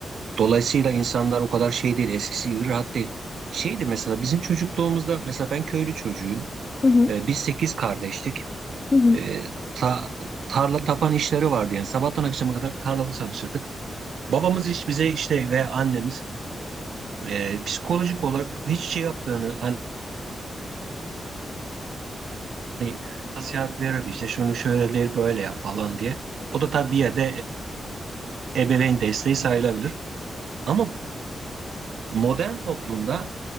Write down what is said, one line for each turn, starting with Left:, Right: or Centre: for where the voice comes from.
Right: dolayısıyla insanlar o kadar şey değil, eskisi gibi rahat değil. Şeydi mesela bizim çocukluğumuzda, mesela ben köylü çocuğuyum.
Left: Hı hı,
Right: E, biz sekiz kardeştik.
Left: hı hı.
Right: E, ta- tarla tapan işleri vardı yani sabahtan akşama kadar tarlada çalışırdık. Babamız hiç bize işte ve annemiz e, psikolojik olarak hiç şey yaptığını, hani nasihat verirdi işte şunu şöyle değil böyle yap falan diye. O da tabii bir yerde e, ebeveyn desteği sayılabilir. Ama modern toplumda